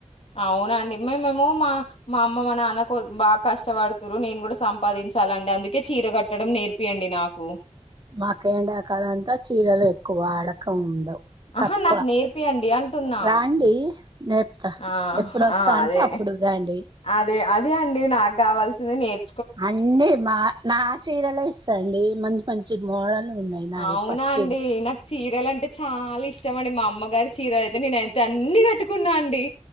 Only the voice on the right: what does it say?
మాక ఎండాకాల అంతా చీరలు ఎక్కువ అడకం ఉండవు
తక్కువ
రాండి నేర్పుతా
ఎప్పుడు వస్తా
అంటే
అప్పుడు రండి
అండి మా నా చీరలే ఇస్తాండి మంచి మంచి మోడలు ఉన్నాయి నాయి
పచ్చి